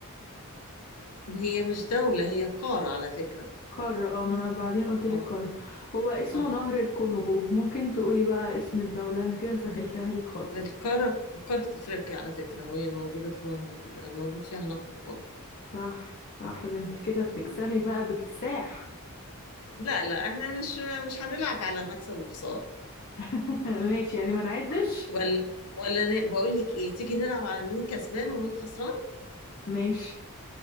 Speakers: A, on the left; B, on the left.
A: هي مش دولة هي قارة على فكرة
B: قارة اه ما أنا بعدين قلت لك
A: اه
B: قارة هو اسمه
A: اه
B: نهر الكونغو ممكن تقولي بقى اسم الدولة أنا كده سهلتها لك خالص
A: القارة قارة أفريقيا على فكرة وهي موجودة في نهر ال- موجود فيها نهر القوم
B: صح صح ده أنت كده بتكسبي
A: مم.
B: بقى باكتساح
A: لا لا احنا مش مش هنلعب على مكسب وخسارة
B: <laughs> ماشي يعني ما نعدش
A: ولا ولا ن... بقول لك ايه تيجي نلعب على مين كسبان ومين خسران
B: ماشي